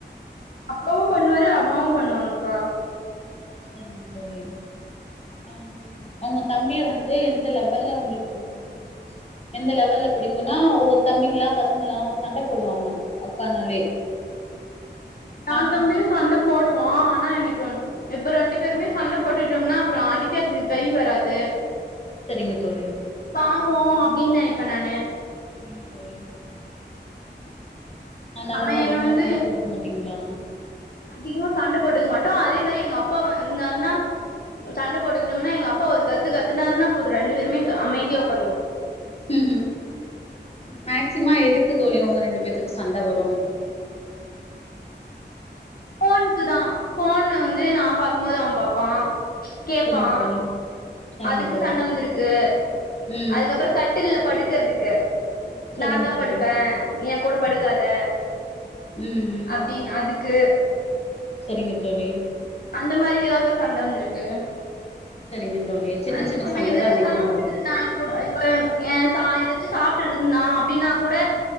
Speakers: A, on the left (about 55°); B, on the left (about 35°).
A: அப்பாவு பண்ணுவாரு அம்மாவு பண்ணுவாங்க்கா
B: சரிங்க தோழி உம் உங்க தம்பிய வந்து எந்த லெவல்ல உங்களுக்கு புடிக்கும் எந்த லெவல்ல புடிக்குன்னா ஒவ்வொரு தம்பிங்களா பசங்கல்லா சண்ட போடுவாங்க அக்கானாலே
A: நான்
B: ஆ
A: தம்பியும் சண்ட போடுவோ ஆனா எனக்கு இப்ப ரெண்டு பேருமே சண்டை போட்டுட்டோம்னா அப்றோ அடிக்கிறதுக்கு கை வராது
B: சரிங்க தோழி
A: பாவோ அப்டின்னு நெனைப்பே நானு
B: செரிங்க தோழி அதனால
A: அவ
B: தா அதிகமா
A: என்ன வந்து
B: சண்ட போட்டுக்க மாட்டீங்களா
A: அதிகமா சண்ட போட்டுக்க மாட்டோம் அதே மாரி எங்க அப்பா இருந்தாருன்னா சண்ட போட்டுக்கணோம்னா எங்க அப்பா ஒரு கத்து கத்துனாருன்னா போது ரெண்டு பேருமே அமைதியா உக்காந்துருவோ
B: உம் மேக்சிமா எதுக்கு தோழி உங்க ரெண்டு பேத்துக்கும் சண்ட வரும்
A: ஃபோனுக்கு தா ஃபோன் வந்து நா பாக்கும்போது அவே பாப்பா கேப்பா
B: செரிங்க தோழி சரிங்க
A: அதுக்கு
B: தோழி
A: சண்ட வந்திருக்கு
B: ம்
A: அதுக்கப்புறோம் கட்டில்ல படுக்கறதுக்கு
B: சரிங்க
A: நா தா படுப்பே
B: தோழி
A: நீ எ கூட படுக்காத
B: உம் உம்
A: அப்டின்னு அதுக்கு
B: சரிங்க தோழி
A: அந்த மாரி <unintelligible> சண்ட வந்திருக்கு
B: சரிங்க தோழி சின்ன
A: அவ
B: சின்ன
A: அவே
B: சண்டதா
A: எதாது
B: அதிகமா
A: சாப்ட்டுட்ருந்தா
B: வரு
A: கூட இப்ப என் ஏ சா எதாச்சு சாப்ட்டுருந்தா அப்டின்னா கூட